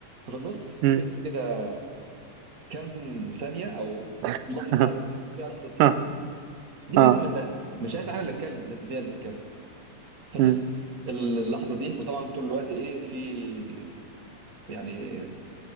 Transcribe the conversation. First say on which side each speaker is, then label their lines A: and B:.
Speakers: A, on the right; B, on the right.
A: ففي النص
B: مم.
A: سبت كده كام ثانيه او
B: <laughs>
A: لحظه تكون فيها لحظه صمت
B: اه
A: دي
B: اه
A: لازم منها مش هينفع انا اللي اتكلم لازم هي اللي تتكلم فسبت
B: مم.
A: اللحظه دي وطبعا طول الوقت ايه في يعني